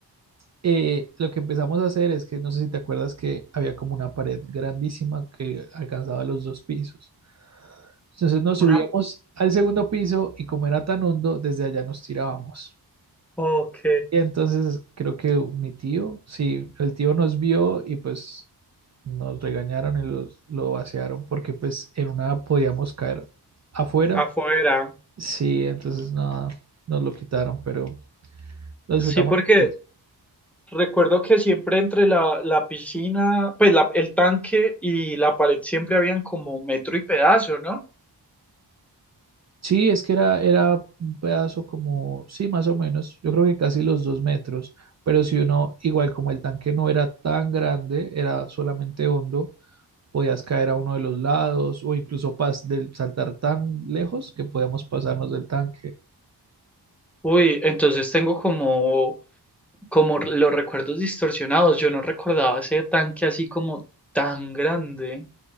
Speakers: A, on the right; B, in the centre.
A: <laughs> eh, lo que empezamos a hacer es que, no sé si te acuerdas que había como una pared grandísima que alcanzaba los dos pisos. Entonces nos subíamos
B: Una...
A: al segundo piso y como era tan hondo, desde allá nos tirábamos.
B: Ok.
A: Y entonces creo que mi tío, sí, el tío nos vio y pues nos regañaron y los, lo vaciaron porque pues en una podíamos caer afuera.
B: Afuera.
A: Sí, entonces nada, nos lo quitaron, pero Lo disfrutamos.
B: Sí, porque
A: Sí,
B: recuerdo que siempre entre la, la piscina, pues la- el tanque y la pared siempre habían como metro y pedazo, ¿no?
A: Sí, es que era, era un pedazo como, sí, más o menos, yo creo que casi los dos metros, pero si uno, igual como el tanque no era tan grande, era solamente hondo, podías caer a uno de los lados o incluso pas del, saltar tan lejos que podíamos pasarnos del tanque.
B: Uy, entonces tengo como, como los recuerdos distorsionados. Yo no recordaba ese tanque así como tan grande.